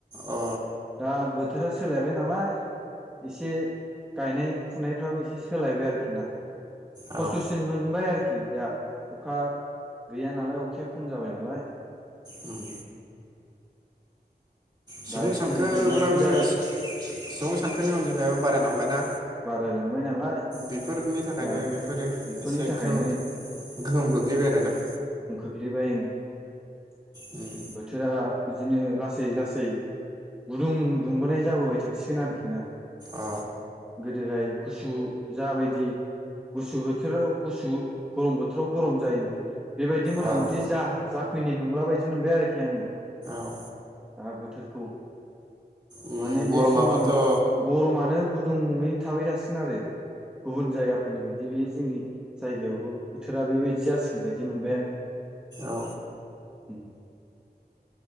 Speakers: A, on the right; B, in the centre.
A: अ
B: दा बोथोरा सोलायबाय नालाय एसे गायनाय फुनायफ्राबो एसे सोलायबाय आरोखि ना
A: औ
B: खस्थ'सिन मोनबाय आरोखि दा अखा गैया नालाय अखाया खम जाबाय नालाय
A: उम सुबुं
B: दा एसे
A: सानखोफ्राबो
B: जेंनासिन जा
A: सुबुं सानखोनि अनजिमायाबो बारायलांबायना
B: बारायलांबाय नालाय
A: बेफोरनि थाखायनो
B: दा
A: बेफोरो
B: बेफोरनि
A: एसे
B: थाखायनो
A: गोहो गोहोम गोग्लैबाय आरोना
B: <unintelligible> बोथोरा
A: उम
B: बिदिनो लासै लासै गुदुं दुंबोनाय जाबोबाय थासिगोन आरोखि ना
A: अ
B: गोदोहाय गुसु जाबायदि गुसु बोथोराव गुसु गरम बोथोराव गरम जायोमोन बेबायदि मथा
A: औ
B: मथि जाहै जाफैनाय नंला बायदि मोनबाय आरोखि आङो
A: औ
B: दा बोथोरखौ
A: उम
B: माने बे
A: गरमाबोथ'
B: समान
A: औ
B: गरमानो गुदुङै थाबाय थासिगोन आरो गुबुन जायगा फोरनि बायदि बे जोंनि जायगायावबो बोथोरा बेबायदि जासिगोन बायदि मोनबाय आङो।
A: औ